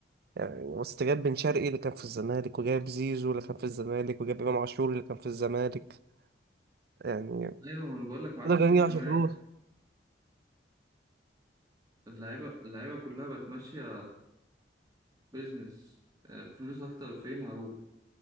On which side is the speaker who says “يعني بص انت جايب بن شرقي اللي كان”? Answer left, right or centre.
Right